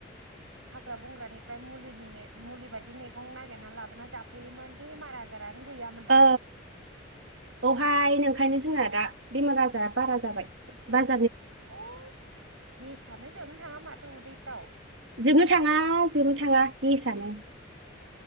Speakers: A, on the right (about 85°); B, on the right (about 65°).
A: हाग्रा बंग्रानिफ्राय मुलिनि मे मुलि बायदि मेगं नागिरना लाबोना जाफैयोमोन बेमार आजारानो गैयामोनहाय
B: औ औहाय नोंखायनो । जोंहा दा बेमार आजारा बारा जाबाय ।
A: अ गेसानो जोबनो थाङा माथ थो उदैफ्राव
B: जोबनो थाङा जोबनो थाङा गेसानो ।